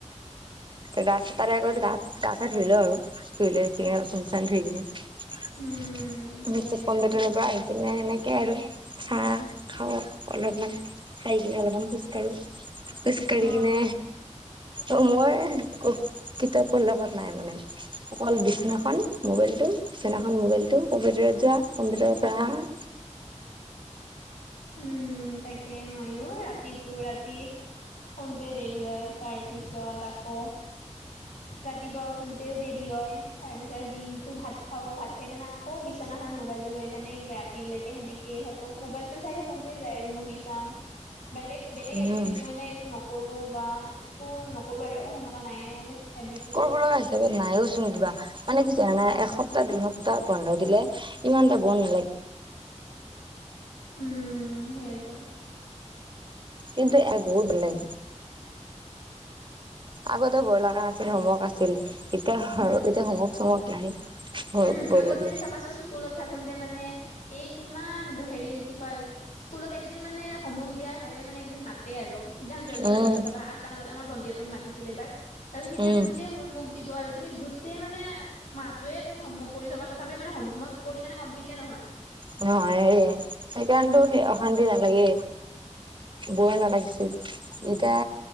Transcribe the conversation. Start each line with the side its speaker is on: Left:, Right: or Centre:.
Right: <unintelligible> তাৰে আগত গা চা ধুই লও আৰু <unintelligible>
Left: উম সেইটো
Right: <unintelligible> কম্পিটাৰৰ পৰা আহি- কিনে এনেকে আৰু চাহ খাওঁ অলপমান, খাই কিনে অলপমান খুজ- কাঢ়ো, খোজকাঢ়ি
Left: অ
Right: কিনে, অ মই- কিতাপৰ লগত নাই মানে, অকল বিছনাখন মোবাইলটো বিছনাখন মোবাইলটো- কম্পিউটাৰত যোৱা কম্পিউটাৰৰ পৰা অহা।
Left: উম'‌ তাকে ময়ো ৰাতিটো ৰাতি- শুঁনতে দেৰি হয়, তাৰপিছত আকৌ, - ৰাতিপুৱা উঠোনতেও দেৰি হয়, তাৰ পিছতে দিনতো ভাত খাওঁ, ভাত খাই কেনে আ- কৌ বিচনাখনত মোবাইলটো লৈ কেনে ৰাতিলৈকে সেনেকেই থাকো, মোবাইল- টো চাই থাকোতেই যায় আৰু মুভি চাম, বেলেগ বেলেগ
Right: উম
Left: এক্টিভিটি মানে একো নক- কৰো বা একো নকৰো আৰু সেনেকুৱা নায়ে আৰু। হেবিটো
Right: কৰব
Left: নাই
Right: লগা হিছ- ছাপত নাইওচোন কিবা, মানে কি জানা এসপ্তাহ -দুইসপ্তাহ বন্ধ দিলে ইমান এটা গোন্ধ নোলায়।
Left: উম, সেইটো
Right: কিন্তু ইয়াত বহুত বেলেগ। আগতে ভয় লগা নাছিল হ'মৱৰ্ক আছিল, এতিয়া
Left: উম
Right: হ-হ'মৱৰ্ক -চমৱৰ্ক নাই
Left: উম,
Right: বৰ
Left: আগতে
Right: লাগে
Left: চাবাচোন স্কুলত থাকোতে মানে, এই কিমান হেৰি কি কয় স্কুলত একদিন মানে হ'মৱৰ্ক দিয়াৰ হয়ে মানে একদিন মাতে আৰু। সিদিনাখন জল্দি
Right: উম
Left: মাতিব চাবা আঠতা মানত, আমাৰ ভন্টী হতক মাতিছিল‌ এবাৰ। তাৰপিছত সেইদিনাখন
Right: উম
Left: গোটেই হোমৱৰ্ক দিব আৰু তুমি গোটেই মানে মাহতোৱে তুমি হমৱৰ্ক কৰি থকা, তথাপি মানে হোমৱৰ্ক কৰি কেনে কমপ্লিতে নহয়।
Right: অ', এ সেয়ে, এই সেইকাৰনেতো সে অশান্তি নালাগে। বৰ নালাগিছিল এতিয়া,